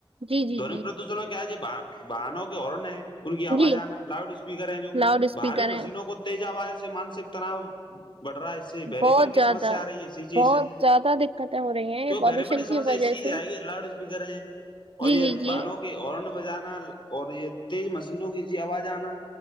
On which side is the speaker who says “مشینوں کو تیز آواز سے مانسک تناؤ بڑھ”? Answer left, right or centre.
Left